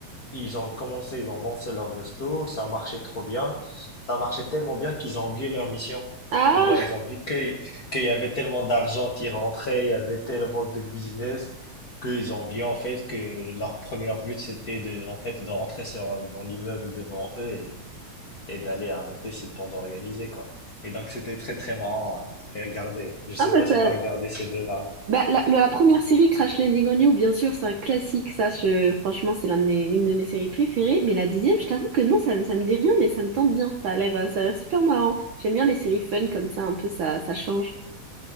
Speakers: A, on the left; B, on the right.
A: Ils ont commencé, ils ont lancé leur resto, ça marchait trop bien. Ça marchait tellement bien qu'ils ont oublié leur mission.
B: Ah,
A: C'est-à-dire, ils ont vu que- qu'il y avait tellement d'argent qui rentrait, il y avait tellement de business, qu'ils ont oublié en fait que leur premier but c'était de, en fait, de rentrer sur, dans l'immeuble devant eux et d'aller arrêter cette bande organisée, quoi. Et donc, c'était très, très marrant à à regarder. Je sais
B: ah bah
A: pas si
B: ça...
A: tu as regardé ces deux-là.
B: Bah, la, la première série Crash Landing on You, bien sûr, c'est un classique, ça, je- franchement, c'est l'un de mes, une de mes séries préférées. Mais la deuxième, je t'avoue que non, ça, me- ça me dit rien, mais ça me tente bien. Ça a l'air, euh, ça a l'air super marrant. J'aime bien les séries fun comme ça, un peu, ça, ça change.